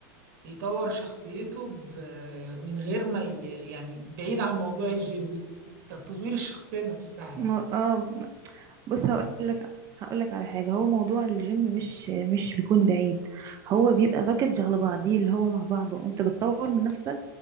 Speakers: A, on the right (about 65°); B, on the right (about 35°).
A: يطور شخصيته ب- من غير ما ي- يعني بعيد عن موضوع الجيم تطوير الشخصية نفسها
B: م-
A: يعني
B: اه بص هقول لك هقول لك على حاجه هو موضوع الجيم مش مش بيكون بعيد هو بيبقى باكج على بعضيه اللي هو مع بعضه انت بتطور من نفسك